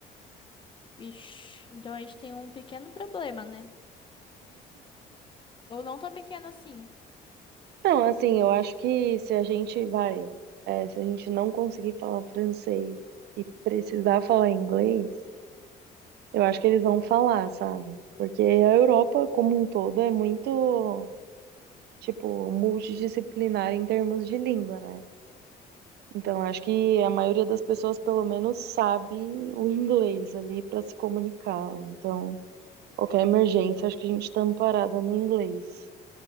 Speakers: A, on the left (about 30°); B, on the right (about 75°).
A: Vixe, então a gente tem um pequeno problema, né? Ou não tão pequeno assim.
B: Não, assim, eu acho que se a gente vai, é, se a gente não conseguir falar francês e precisar falar inglês. Eu acho que eles vão falar, sabe? Porque a Europa, como um todo, é muito, tipo, multidisciplinar em termos de língua, né? Então, eu acho que a maioria das pessoas, pelo menos, sabe o inglês ali para se comunicar. Então, qualquer emergência, acho que a gente tá amparada no inglês.